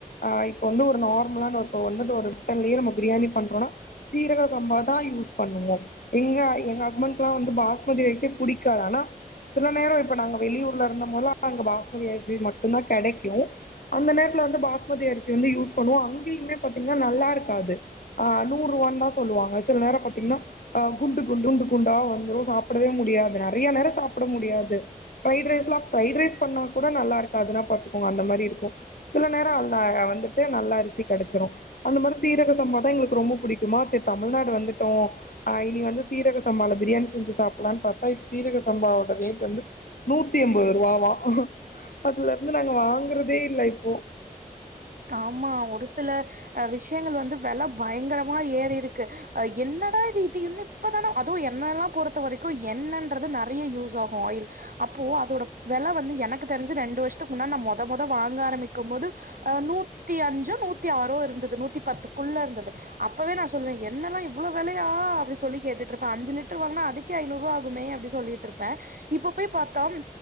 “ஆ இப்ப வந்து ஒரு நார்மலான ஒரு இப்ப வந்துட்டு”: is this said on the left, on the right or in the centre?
Left